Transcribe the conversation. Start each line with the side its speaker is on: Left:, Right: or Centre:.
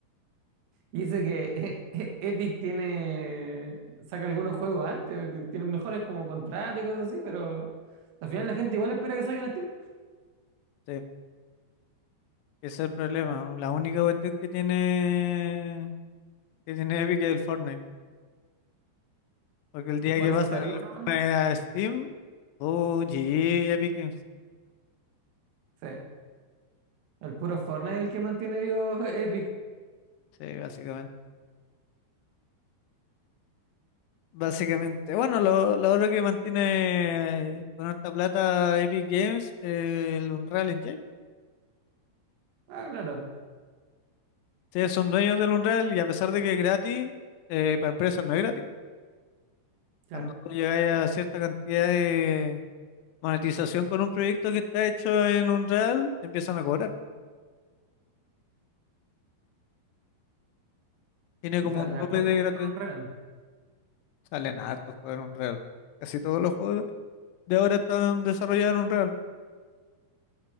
Right: Y dice que <laughs> e- e- Epic tiene, saca algunos juegos antes, que tienen mejores como contratos y cosas así, pero al final la gente igual espera que salgan en Steam.
Left: Sí. Ese es el problema. La única cuestión que tiene, que tiene Epic es el Fortnite. Porque el día
Right: Por
Left: que
Right: eso
Left: pasen
Right: está
Left: el
Right: vivo nomás.
Left: Fortnite a Steam, oh, GG Epic Games.
Right: Sí. El puro Fortnite es el que mantiene vivo Epic.
Left: Sí, básicamente. Básicamente. Bueno, lo, lo otro que mantiene eh, con harta plata Epic Games es el Unreal Engine.
Right: Ah, claro,
Left: Ustedes son dueños del Unreal y a pesar de que es gratis, eh, para empresas no es gratis.
Right: claro.
Left: Cuando tú llegas a cierta cantidad de monetización con un proyecto que está hecho en Unreal, te empiezan a cobrar. Tiene
Right: Y
Left: como
Right: salen
Left: un tope
Right: hartos
Left: de
Right: juegos
Left: gratuidad.
Right: con Unreal.
Left: Salen hartos juegos en Unreal. Casi todos los juegos de ahora están desarrollados en Unreal.